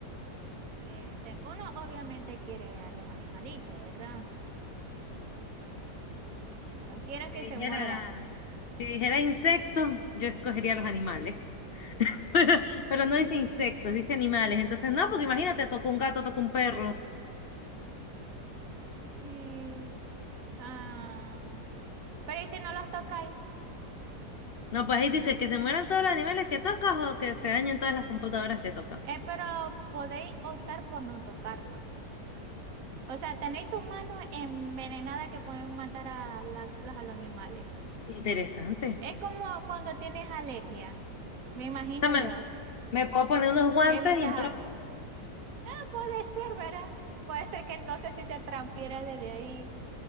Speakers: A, on the right; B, on the left.
A: Este, uno obviamente quiere a los animalitos, ¿verdad? No quiero
B: Si
A: que
B: dijera,
A: se mueran.
B: si dijera insectos, yo escogería los animales. <laughs> Pero, pero no dice insectos, dice animales. Entonces, no, porque imagínate, toco un gato, toco un perro.
A: Eh, ah, pero ¿y si no los tocáis?
B: No, pues ahí dice que se mueran todos los animales que tocas o que se dañen todas las computadoras que tocas.
A: Eh, pero podéis optar por no tocarlos. O sea, tenéis tus manos envenenadas que pueden matar a, la- los, a los animales.
B: Interesante.
A: Es como cuando tienes alergia, me imagino
B: O sea, me,
A: yo.
B: me puedo poner unos guantes
A: Evitas
B: y no
A: algo.
B: los...
A: Ah, Puede ser, verás. Puede ser que no sé si se transfiera desde ahí,